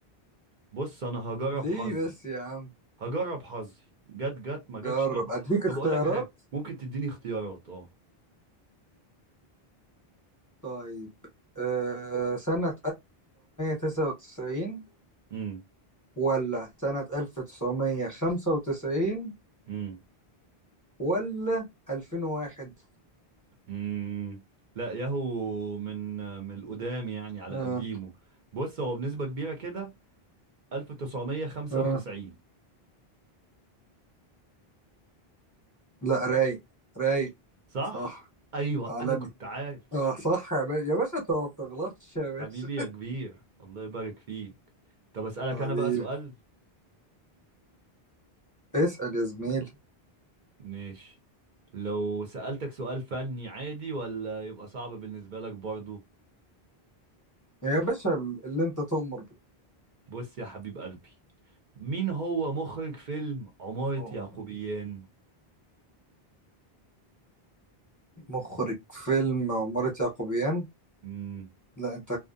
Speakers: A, on the right (about 55°); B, on the left (about 20°).
A: بص أنا هجرب
B: ليه
A: حظي
B: بس يا عم
A: هجرب حظي جت جت ما
B: جرب
A: جتش طب
B: اديك
A: طب
B: اختيارات
A: أقول لك حاجة ممكن تديني اختيارات أه
B: طيب أه سنة 1999
A: أمم
B: ولا سنة 1995
A: أمم
B: ولا 2001
A: أمم لا ياهو من من القدام يعني على
B: أه
A: قديمه بص هو بنسبة كبيرة كده 1995
B: أه لا رايق رايق
A: صح
B: صح
A: ايوه
B: عالمي
A: انا كنت عارف
B: اه صح يا باشا يا باشا انت ما بتغلطش يا باشا
A: حبيبي يا
B: <laughs>
A: كبير الله يبارك فيك طب اسالك
B: حبيبي
A: انا بقى سؤال
B: اسأل يا زميلي
A: ماشي لو سالتك سؤال فني عادي ولا يبقى صعب بالنسبه لك برضو
B: يا باشا اللي انت تؤمر بيه
A: بص يا حبيب قلبي مين هو مخرج فيلم عمارة
B: هو
A: يعقوبيان
B: مخرج فيلم عمارة يعقوبيان
A: امم
B: لا انت